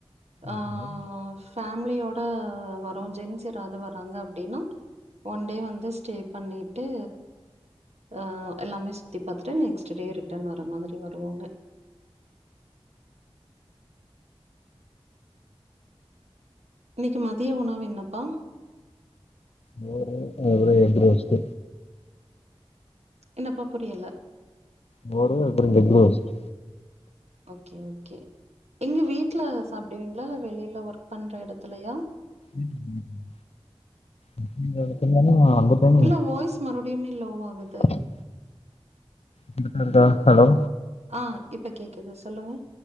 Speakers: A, on the right (about 85°); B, on the left (about 75°).
A: ஆ
B: ஓகே.
A: ஃபேம்லியோட வரோ ஜென்ஸ் யாராது வர்றாங்க அப்டின்னா ஒன் டே வந்து ஸ்டே பண்ணிட்டு ஆ எல்லாமே சுத்தி பாத்துட்டு நெக்ஸ்ட் டே ரிட்டன் வர மாதிரி வருவோங்க இன்னக்கி மதிய உணவு என்னப்பா
B: மோரு அதோட எக் ரோஸ்ட்
A: என்னப்பா புரியல
B: மோரு அப்றோ எக் ரோஸ்ட்
A: ஓகே ஓகே எங்க வீட்ல சாப்பிடுவீங்களா வெளியில ஒர்க் பண்ற எடத்துலையா
B: ம் ம் ம் ஒர்க் பண்ற எடத்துலனா அந்த
A: இல்ல வாய்ஸ் மறுபடியுமே லோ ஆகுது
B: <unintelligible> <inaudible> இருக்க ஹலோ
A: ஆ இப்ப கேக்குது சொல்லுங்க